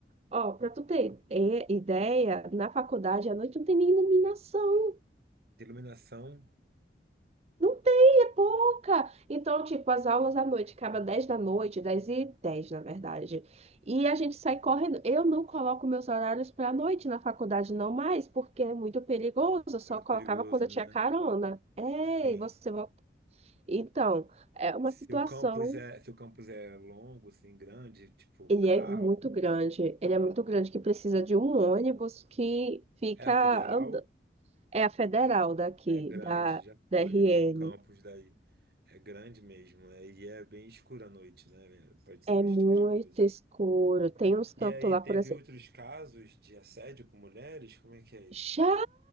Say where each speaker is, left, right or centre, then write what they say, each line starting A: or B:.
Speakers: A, on the right; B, on the right.
A: ó, para tu ter é, ideia, na faculdade à noite não tem nem iluminação.
B: De Iluminação
A: Não tem, é pouca. Então, tipo, as aulas à noite acaba 10 da noite, 10 e 10 na verdade. E a gente sai correndo. Eu não coloco meus horários para a noite na faculdade, não mais, porque é muito perigoso. Eu só
B: é muito
A: colocava
B: perigoso,
A: quando eu
B: né?
A: tinha carona. Ei,
B: Sim.
A: você volta. Então, é uma
B: Se
A: situação.
B: o campus é, se o campus é longo, assim, grande, tipo
A: Ele
B: carro,
A: é muito grande. Ele é muito grande que precisa de um ônibus que fica
B: é a federal.
A: andando. É a federal daqui,
B: É grande,
A: da,
B: já
A: da
B: foi,
A: RN.
B: já foi no campus daí. É grande mesmo, né? E é bem escuro à noite, né? Pode ser
A: É
B: bastante
A: muito
B: perigoso.
A: escuro. Tem uns cantos
B: E aí
A: lá,
B: teve
A: por exemplo.
B: outros casos de assédio com mulheres? Como é que é isso?
A: Já